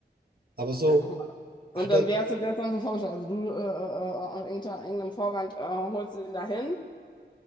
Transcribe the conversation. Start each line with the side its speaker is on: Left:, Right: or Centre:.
Right: Aber so
Left: Ja, guck mal. Und
Right: hat
Left: dann,
Right: er,
Left: wie hast du dir das dann so vorgestellt? Also du äh, äh, äh, unter irgendeinem Vorwand äh, holst du ihn dahin.